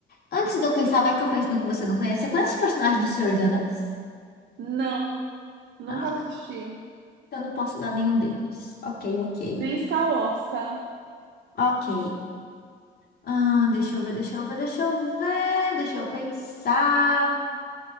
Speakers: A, on the left (about 50°); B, on the right (about 65°).
A: Antes de eu pensar, vai que eu penso no que você não conhece. Você conhece os personagens do Senhor dos Anéis?
B: Não, nunca
A: Não.
B: assisti.
A: Eu não posso dar nenhum deles. Ok, ok.
B: Nem Star Wars, tá?
A: Ok. Ah, deixa eu ver, deixa eu ver, deixa eu ver, deixa eu pensar.